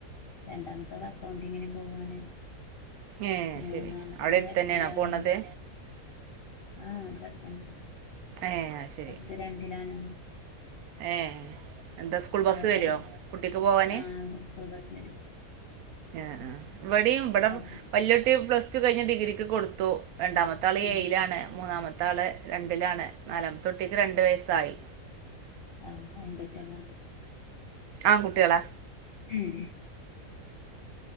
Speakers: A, on the left; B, on the right.
A: രണ്ടാമത്തോള് അക്കൗണ്ടിങ്ങ്ന് പോവയാണ്
B: ഏ അത്
A: മൂന്നാമത്തോള്
B: ശരി അവിടെ അടുത്തന്നേണോ
A: എട്ടിലാണ്
B: പോണത്
A: ആഹ് വിടെടത്ത്തന്നെ
B: ഏ അഹ് ശരി
A: ത് രണ്ടിലാണ്
B: ഏ എന്താ സ്കൂൾ ബസ്സ്
A: അവിടുത്തെ
B: വരോ
A: കു
B: കുട്ടിക്ക് പോവാൻ?
A: ആ ബസ് വരും
B: ആ ഇവിടിം ഇവിടെ
A: അവിടുത്തെ
B: വല്ല്യട്ടി പ്ലസ് ടു കഴിഞ്ഞ ഡിഗ്രിക്ക് കൊടുത്തു രണ്ടാമത്തെ ത്ത ആൾ
A: ആ
B: ഏഴിലാണ് മൂന്നാമത്തെ ആൾ രണ്ടിലാണ് നാലാമതുട്ടിക്ക് രണ്ട് വയസ്സായി
A: ആഹ് എന്തുട്ടാണ്
B: ആഹ് കുട്ടികളാ
A: ഉം